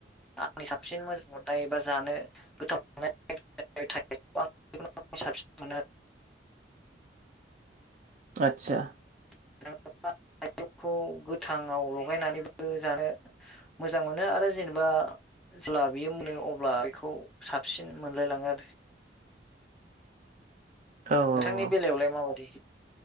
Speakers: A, in the centre; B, on the right.
A: आंनि साबसिन मोजां मोननाय एबा जानो गोथाव मोननाय <unintelligible> साबसिन मोनो
B: आतसा
A: <unintelligible> थाइजौखौ गोथांआव लगायनानैबो जानो मोजां मोनो आरो जेनेबा जेब्ला बियो मोनो अब्ला बेखौ साबसिन मोनलायलाङो आरो
B: औ
A: नोंथांनि
B: औ
A: बेलायावलाय माबायदि